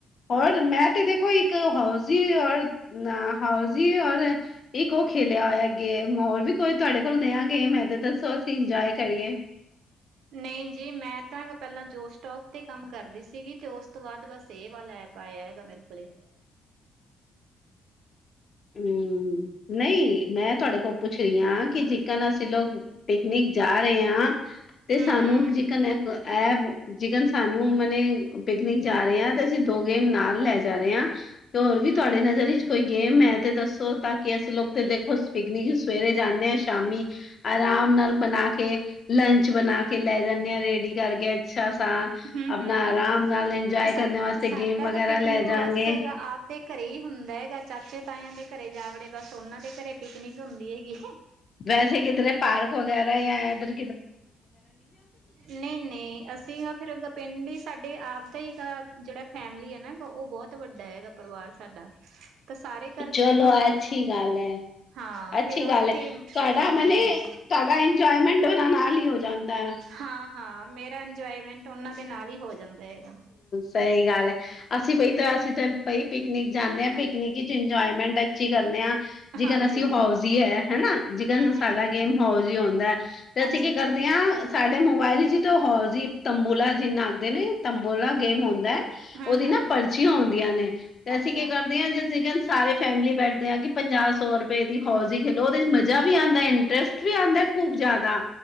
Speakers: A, on the left; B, on the right.
A: ਹੋਰ ਮੈਂ ਤੇ ਦੇਖੋ ਇੱਕ ਹਾੳਜੀ ਔਰ ਅ ਹਾੳਜੀ ਔਰ ਇੱਕ ਉਹ ਖੇਲਿਆ ਹੋਇਆ ਗੇਮ ਹੋਰ ਵੀ ਕੋਈ ਤੁਹਾਡੇ ਕੋਲ ਨਿਆ ਗੇਮ ਹੈ ਤੇ ਦੱਸੋ ਅਸੀਂ ਇੰਜੋਏ ਕਰੀਏ।
B: ਨਈ ਜੀ ਮੈਂ ਤਾਂ ਪੈਲਾਂ ਜੋ ਸਟੋਕ ਤੇ ਕੰਮ ਕਰਦੀ ਸੀਗੀ ਤੇ ਉਸ ਤੋਂ ਬਾਦ ਬਸ ਏ ਵਾਲਾ ਐਪ ਆਇਆ ਹੈਗਾ ਮੇਰੇ ਕੋਲੇ।
A: ਹੂੰ ਨਈ ਮੈਂ ਤੁਹਾਡੇ ਕੋਲ ਪੁੱਛ ਰਹੀ ਆ ਕਿ ਜਿਕਨ ਅਸੀਂ ਲੋਕ ਪਿਕਨਿਕ ਜਾ ਰਏ ਆ। ਤੇ
B: ਹਮ
A: ਸਾਨੂੰ
B: ਹਮ
A: ਜੀਕਨ ਇਹ ਐਪ ਜੀਕਨ ਸਾਨੂੰ ਓਹਨੇ ਨੇ ਪਿਕਨਿਕ ਜਾ ਰੇ ਆ ਤੇ ਅਸੀਂ ਦੋ ਗੇਮ ਨਾਲ ਲੈ ਜਾ ਰੇ ਆ ਤੇ ਹੋਰ ਵੀ
B: ਹਮ
A: ਤੁਹਾਡੇ
B: ਹਮ
A: ਨਜ਼ਰ ਵਿੱਚ ਕੋਈ ਗੇਮ ਹੈ ਤੇ ਦੱਸੋ ਤਾਂ ਕਿ ਅਸੀਂ ਲੋਕ ਤੇ ਦੇਖੋ ਪਿਕਨਿਕ ਸਵੇਰੇ ਜਾਨੇ ਆ ਸ਼ਾਮੀ ਆਰਾਮ ਨਾਲ ਬਣਾ ਕੇ ਲੰਚ ਬਣਾ ਕੇ ਲੈ ਜਾਨੇ ਆ ਰੇਡੀ ਕਰਕੇ ਅੱਛਾ ਸਾ।
B: ਹਮ
A: ਆਪਣਾ
B: ਹਮ ਹਮ
A: ਆਰਾਮ ਨਾਲ ਇੰਜੋਏ
B: ਸਾ
A: ਕਰਨੇ ਵਾਸਤੇ
B: ਸਾਡਾ
A: ਗੇਮ ਵਗੈਰਾ
B: ਤਾਂ ਪਿਕਨਿਕ
A: ਲੈ ਜਾਗੇ।
B: ਬਸ ਹੈਗਾ ਆਪਦੇ ਘਰੇ ਹੀ ਹੁੰਦਾ ਹੈਗਾ ਚਾਚੇ ਤਾਇਆਂ ਦੇ ਘਰੇ ਜਾਵੜੇ ਬਸ ਉਹਨਾਂ ਦੇ ਘਰੇ ਪਿਕਨਿਕ ਹੁੰਦੀ ਹੈਗੀ।
A: ਵੈਸੇ ਕਿਧਰੇ ਪਾਰਕ ਵਗੈਰਾ ਜਾਂ ਇਧਰ
B: ਨਈ-ਨਈਅਸੀ ਫਿਰ ਉਦਾ ਪਿੰਡ ਹੀ ਸਾਡੇ ਆਪਦਾ ਈ ਗਾ ਜੇੜਾ ਫੈਮਲੀ ਹੈ ਨਾ ਗਾ ਓ ਬੋਤ ਵੱਡਾ ਹੈਗਾ ਪਰਿਵਾਰ ਸਾਡਾ <inaudible> ਤਾਂ ਸਾਰੇ ਘਰ
A: ਚਲੋ
B: ਜਿਵੇਂ ਹੁਣ ਅਲ
A: ਅੱਛੀ ਗੱਲ ਹੈ
B: ਹਾਂ
A: ਅੱਛੀ
B: ਫਿਰ ਉੱਥੇ
A: ਗੱਲ ਹੈ,
B: ਹੂੰ-ਹੂੰ।
A: ਤੁਹਾਡਾ ਮਨੇ ਤੁਹਾਡਾ ਇੰਜੋਏਮੈਂਟ ਉਨਾ ਨਾਲ ਈ ਹੋ ਜਾਂਦਾ।
B: ਹਾਂ-ਹਾਂ ਮੇਰਾ ਇੰਜੋਏਮੈਂਟ ਉਨਾਂ ਦੇ ਨਾਲ ਈ ਹੋ ਜਾਂਦਾ ਹੈਗਾ।
A: ਸਈ ਗੱਲ ਅਸੀ ਬਈ ਤਾਂ ਅਸੀ ਤਾਂ ਪਈ ਪਿਕਨਿਕ ਜਾਂਦੇ ਆਂ ਪਿਕਨਿਕ ਵਿੱਚ ਇੰਜੋਏਮੈਂਟ ਅੱਛੀ ਕਰਨੇ ਆਂ। ਜਿਕਨ
B: ਹਾਂਜੀ
A: ਅਸੀ ਹੋਜੀ ਹੈ ਹੈਨਾ ਜਿਕਨ
B: ਹਮ
A: ਸਾਡਾ
B: ਹਮ
A: ਗੇਮ ਹੋਜੀ ਹੁੰਦਾ। ਤੇ ਅਸੀ
B: ਅੱਛਾ
A: ਕੀ
B: ਅੱਛਾ
A: ਕਰਦੇ ਹਾਂ ਸਾਡੇ ਮੋਬਾਇਲ 'ਚ ਤਾਂ ਹੋਜੀ ਤੰਬੋਲਾ ਜਿੰਨਾ ਆਖਦੇ ਨੇ ਤੰਬੋਲਾ ਗੇਮ ਹੁੰਦਾ।
B: ਹਾਂ
A: ਉਦੀ
B: ਹਾਂ
A: ਨਾ ਪਰਚੀਆਂ ਹੁੰਦੀਆਂ ਨੇ ਤੇ
B: ਅੱਛਾ
A: ਅਸੀ ਕੀ ਕਰਦੇ ਹਾਂ ਜੀ ਤੀਕਣ ਸਾਰੇ ਫੈਮਿਲੀ ਬੈਠਦੇ ਆ ਕਿ ਪੰਜਾਹ ਸੌ ਰੁਪਏ ਦੀ ਹੋਜੀ ਖੇਲੋ ਉਦੇ 'ਚ ਮਜ਼ਾ ਵੀ ਆਂਦਾ ਇੰਟਰਸਟ ਵੀ ਆਂਦਾ ਖੂਬ ਜਾਦਾ